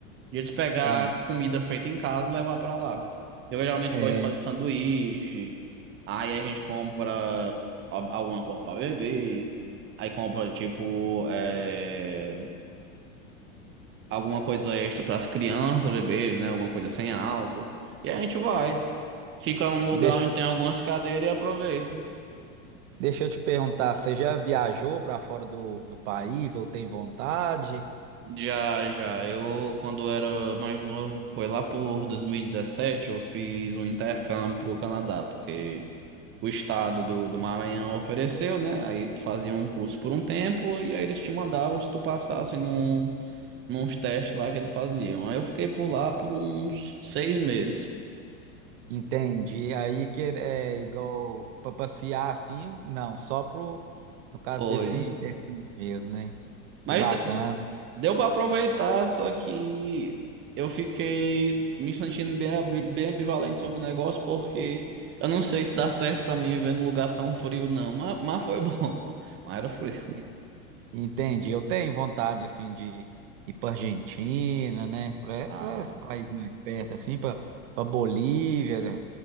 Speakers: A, on the right; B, on the right.
A: E eles pegar
B: Ah,
A: comida feita em casa e levar pra lá. Eu geralmente
B: é,
A: gosto de fazer sanduíche. Aí a gente compra al- alguma coisa pra beber. Aí compra, tipo, é, alguma coisa extra pras crianças beberem, né? Alguma coisa sem álcool. E a gente vai. Fica num lugar
B: deixa,
A: onde tem algumas cadeiras e aproveita.
B: deixa eu te perguntar, você já viajou para fora do, do país ou tem vontade?
A: Já, já. Eu, quando era mais novo, foi lá por 2017, eu fiz um intercâmbio para Canadá, porque o estado do, do Maranhão ofereceu, né? Aí tu fazia um curso por um tempo, e aí eles te mandavam se tu passasse num, nos testes lá que eles faziam. Aí eu fiquei por lá por uns seis meses.
B: Entendi. Aí que é igual para passear assim, não, só pro, no caso
A: Foi.
B: desse intercâmbio mesmo, né?
A: Mas
B: Que bacana.
A: de- Deu pra aproveitar, só que eu fiquei me sentindo bem, abi- bem ambivalente sobre o negócio, porque eu não sei se dá certo pra mim viver num lugar tão frio, não. Mas, mas foi bom. <laughs> Mas era frio.
B: E- Entendi. Eu tenho vontade assim de ir para Argentina, né? Para
A: Ah,
B: esse país mais perto assim, para para Bolívia,